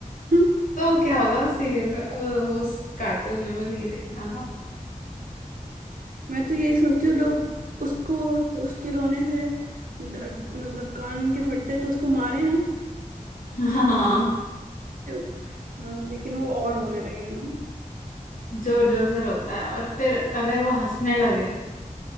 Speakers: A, on the right; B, on the left.
A: हम्म,
B: तो क्या होगा उस सीरियल में उ- उस कार्टून में मुझे ये देखना था
A: मैं तो यही सोचू लोग उसको उसके रोने से ड- मतलब कान उनके फटते तो उसको मारे ना
B: <laughs> हाँ
A: तो, हाँ लेकिन वो और रोने लगेगा ना
B: जोर जोर से रोता है और फिर अगर वो हंसने लगे